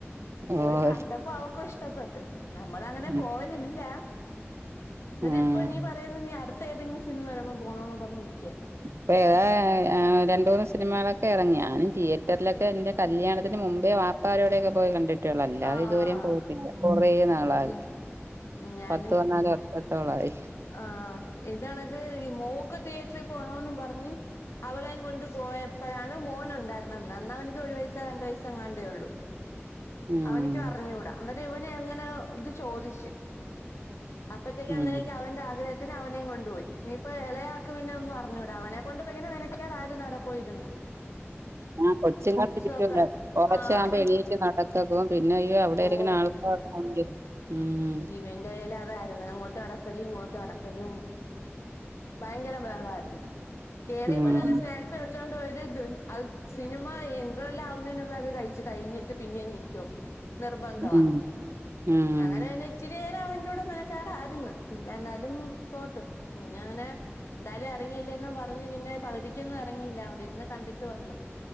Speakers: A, on the left (about 75°); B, on the right (about 65°).
A: പോയി
B: ഓഹ്
A: കണ്ടപ്പോ അവക്കും ഇഷ്ടപ്പെട്ട്. നമ്മള അങ്ങനെ
B: ഉം
A: പോവലില്ല എന്നിട്ട്
B: ഉം
A: ഇപ്പൊ നീ പറയ ന അടുത്തഏതെങ്കിലു സിനിമ വരുമ്പോ പോണോന്ന് പറഞ്ഞ് നിക്കാ
B: ഇപ്പൊ ഏതാ രണ്ട മൂന്ന് സിനിമകളൊക്കെ ഇറങ്ങി ഞാനും തിയേറ്ററിലൊക്കെ എന്റെ കല്യാണത്തിന് മുമ്പേ വാപ്പാരോടെയൊക്കെ പോയി കണ്ടിട്ടേള്ളൂ അല്ലാതെ
A: ആഹ്
B: ഇതുവരെയും പോയിട്ടില്ല കൊറെ നാളായി
A: ഉം ഉം ഞാനും
B: പത്ത് പതിനാല് വർഷത്തോളായി.
A: ആ ഇതാണത് ഈ മോ ക്ക് തിയേറ്ററിൽ പോണന്ന് പറഞ്ഞ് അവളേം കൊണ്ട് പോയ പ്പഴാണ് മോന് ഉണ്ടായിരുന്നന്ന് അന്നാ അവൻക്ക് ഒരു വയസ രണ്ട് വയസ്സോ എങ്ങാണ്ടേ ഉള്ളൂ.
B: ഉം
A: അവനിക്ക് അറിഞ്ഞൂടാ എന്നിട്ട് ഇവന എങ്ങനോ ഇത് ചോദിച്ചു. അപ്പഴത്തേക്ക്
B: ഉം
A: അനക്ക് അവന്റെ ആഗ്രഹത്തിന് അവനേും കൊണ്ടുപോയി നീയിപ്പ ഇളയാക്ക പിന്നെ ഒന്നും അറിഞ്ഞുടാ അവനെ കൊണ്ട് പോയി മെനക്കട ആരുന്നു ആടെ പോയിര്ന്ന്
B: ആഹ് കൊച്ചി ങ്ങള് ഇരിക്കുല്ല
A: ഒക്കെ
B: കൊർച്
A: ആഹ്
B: ആവുമ്പോ
A: അവൻ
B: എണീറ്റ് നട ക്കക്ക പോവും പിന്നെ അയ്യോ അവിടെ ആയിരിക്കുന്ന
A: ഓ
B: ആൾക്കാരക്കെ ആണെങ്കി ഉം
A: ഇവന്റെൽ അതായിരുന്നു അങ്ങോട്ട് നടക്കലും ഇങ്ങോട്ട് നടക്കലും ഭയങ്കര ബഹ്ളായിരുന്നു കയറിയപ്പോ
B: ഉം
A: തെന്നെ സ്നാ ക് എടുത്തൊണ്ട് പോയത്ത് തി സിനിമ ഇൻ ട്രെവെൽ ആവുന്നതിന് മുമ്പേ അത് കഴിച്ചു കഴിഞ്ഞിട്ട് പിന്നെനി ക്ക്യും നിർബന്ധവാ
B: ഉം ഉം ഉം
A: അങ്ങനെ പിന്നെ ഇച്ചിരിനേര അവന്റെടെ മെനക്കട ആരുന്നു പിന്നെ എ എന്നാലും പോട്ട് പിന്നെ അങ്ങനെ എന്തായാലും ഇറങ്ങിയില്ലെന്നും പറഞ്ഞ് പിന്നെ പകുതിക്കൊന്നും ഇറങ്ങിയില്ല അവിടെരുന്ന് കണ്ടിട്ട് വന്നു.